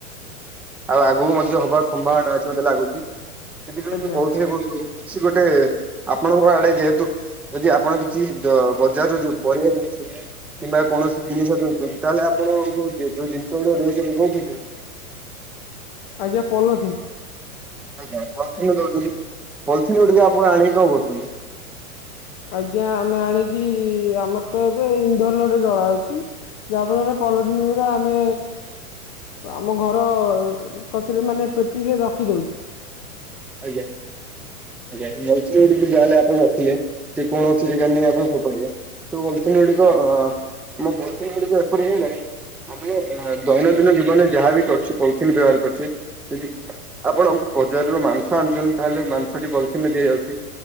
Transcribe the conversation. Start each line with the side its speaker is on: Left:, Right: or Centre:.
Centre: ଆଉ ଆଗକୁ ମଧ୍ୟ ହବାର ସମ୍ଭାବନା ଅଛି ମତେ ଲାଗୁଛି ସେଥିପାଇଁ
Left: ଆଜ୍ଞା
Centre: ମୁଁ କହୁଥିଲି କଣ କି କିଛି ଗୋଟେ ଆପଣଙ୍କ ଆଡେ ଯେହେତୁ ଯଦି ଆପଣ କିଛି ଦ ବଜାର ଯୋଉ ପରିବା କିଣୁଛ କିମ୍ବା କୌଣସି ଜିନିଷ କିଣୁଛନ୍ତି ତାହେଲେ ଆପଣ କୋଉ ଯୋଉ ଜିନିଷ ଗୁଡିକ ଦଉଛନ୍ତି କୋଉଥିରେ ଦେଉଛନ୍ତି?
Left: ଆଜ୍ଞା ପଲ ଥିନ୍
Centre: ଆଜ୍ଞା ପଲିଥିନ ଦଉଛନ୍ତି ପଲିିଥିନ ଗୁଡ଼ିକ ଆପଣ ଆଣିକି କଣ କରୁଛନ୍ତି?
Left: ଆଜ୍ଞା ଆମେ ଆଣିକି ଆମର ତ ଏବେ ଇନ୍ଧନରେ ଜଳା ହଉଛି। ଯାହା ଫଳରେ ପଲଥିନ ଗୁରା ଆମେ ଆମ ଘର କତିରେ ମାନେ ପେଟିରେ ରଖିଦଉଛୁ।
Centre: ଆଜ୍ଞା ଆଜ୍ଞା <unintelligible> ଯାହାଲେ ଆପଣ ରଖିଲେ ସେ କୌଣସି ଯେଗାରେ ନେଇ ଆପଣ ଫୋପାଡ଼ିବେ ସେ ପଲଥିନ ଗୁଡିକ ଅ <unintelligible> ପଲଥିନ ଗୁଡିକ ଏପରି ହେଇଗଲାଣି ଆମେ ଆ -ଦୈନନ୍ଦିନ ଜୀବନରେ ଯାହାଵି କରୁଛୁ ପଲିଥିନ ବ୍ୟବହାର କରୁଛେ <unintelligible> ଆପଣ ବଜାରରୁ ମାଂସ ଆଣୁଛନ୍ତି ତାହେଲେ ମାଂସଟି ପଲଥିନ ରେ ଦିଆଯାଉଛି